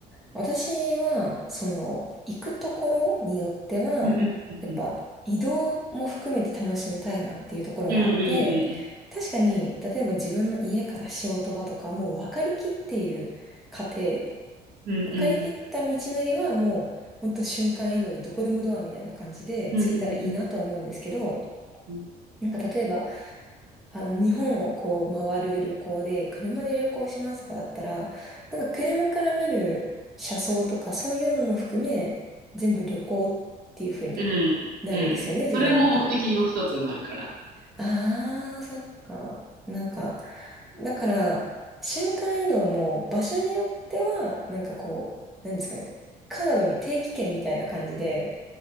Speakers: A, in the centre; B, on the right.
A: 私は、その、行くところによっては、
B: うんうんうん
A: やっぱ移動も含めて楽しみたいなっていうところがあって、
B: うん
A: 確かに、例えば自分の家から仕事場とか、もう分かりきっている過程、
B: うんうんうん
A: 分かりきった道のりはもう、ほんと瞬間移動でどこでもドアみたいな感じで着いたらいいなとは思うんですけど、
B: うんうんうんうん
A: なんか例えば、あの、日本をこう回る旅行で、車で旅行しますとかだったら、なんか車から見る車窓とかそういうのも含め、全部旅行っていう風に
B: うんうんそれも目的の一つになるから。
A: なるんですよね、自分の中で。ああ、そっか。なんか、だから、瞬間移動も場所によっては、なんかこう、なんですかね、カードみ、定期券みたいな感じで、